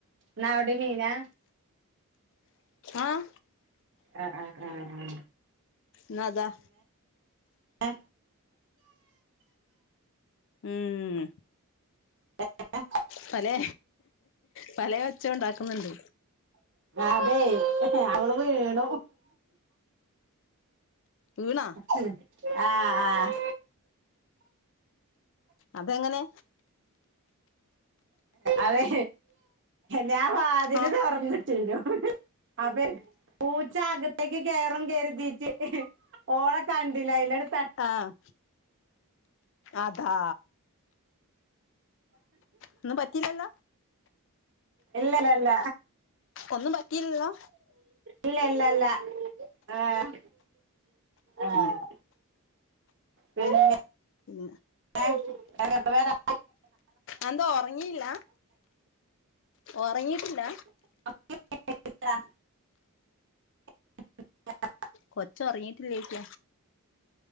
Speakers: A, on the right; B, on the left.
A: ഇന്നവടീം മീനാ?
B: ആഹ്.
A: അ അ ആഹ്
B: ന്നതാ
A: എ
B: ഉം ഉം
A: എ എഹ്
B: പലേ പലേ ഒച്ചേ ഉണ്ടാക്കുന്ന്ണ്ട്.
A: അതെ അവള് വീണു.
B: വീണാ
A: ഉം ആഹ് ആഹ്.
B: അതെങ്ങനെ?
A: അതെ ഞാൻ വാതില്
B: ആ
A: തൊറന്നിട്ടിനു അതെ പൂച്ച അകത്തേക്ക് കേറും കര്തീട്ട് ഓളെ കണ്ടില്ല. അയ്ലങ്ങ്ട്
B: ആഹ് അതാ ഒന്നും പറ്റിയില്ലല്ലോ
A: ഇല്ലലല്ല.
B: ഒന്നും പറ്റില്ലല്ലോ?
A: ഇല്ല ല്ലല്ല. ആഹ് ആഹ്.
B: ഉം
A: പിന്നെ
B: ഉം.
A: എ <unintelligible>
B: എന്താ ഒറങ്ങിയില്ല? ഒറങ്ങീട്ടില്ല?
A: <unintelligible> <unintelligible>
B: കൊച്ചൊറങ്ങീട്ടില്ലേയ്ക്ക